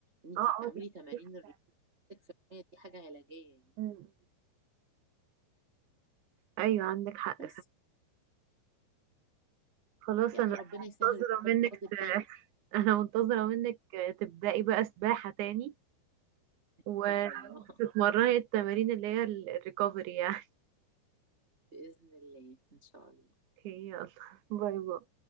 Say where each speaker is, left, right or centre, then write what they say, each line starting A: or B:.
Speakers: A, on the right; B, on the right.
A: ان انت
B: اه
A: تعملي
B: اه دي
A: تمارين
B: صحيحة.
A: رياضتك في المية دي حاجة علاجية يعني
B: مم. ايوه عندك حق
A: بس
B: فعلا. خلاص
A: يلا
B: انا
A: ربنا يسهل
B: منتظرة
A: ونبقى
B: منك
A: نواظب
B: ت-
A: تاني
B: <laughs> انا منتظرة منك آه، تبدأي بقى سباحة تاني
A: ان
B: و-
A: شاء الله
B: وتتمرني
A: <laughs>
B: التمارين اللي هي الريكفري يعني <laughs>
A: باذن الله ان شاء الله
B: اوكي، يلا باي باي